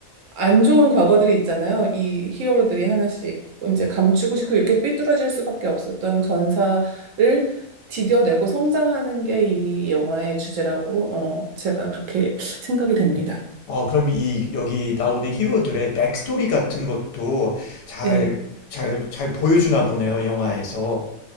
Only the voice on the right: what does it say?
안 좋은 과거들이 있잖아요. 이 히어로들이 하나씩 이제 감추고 싶고 이렇게 삐뚤어질 수밖에 없었던 전사를 디뎌내고 성장하는 게 이 영화의 주제라고 어, 제가 그렇게 생각이 됩니다.
네.